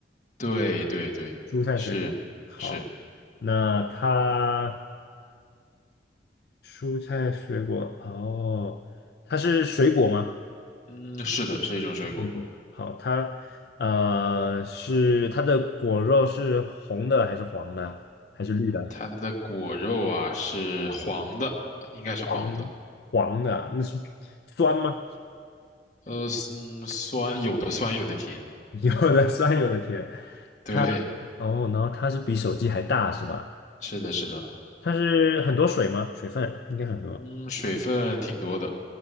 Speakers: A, on the left; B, on the left.
A: 对对对，
B: 蔬菜水果，
A: 是是，
B: 好，那它蔬菜水果，哦，它是水果吗？
A: 嗯，是的，是一种水果，
B: 水果，好，它呃是它的果肉是红的还是黄的还是绿的？
A: 它的果肉啊是黄的，应该是黄的，
B: 黄黄的啊，那是酸吗？
A: 呃，嗯，酸，有的酸，有的甜，
B: <laughs> 有的酸，有的甜。
A: 对，
B: 它哦，然后它是比手机还大是吧？
A: 是的，是的，
B: 它是很多水吗？水分应该很多。
A: 嗯，水分挺多的，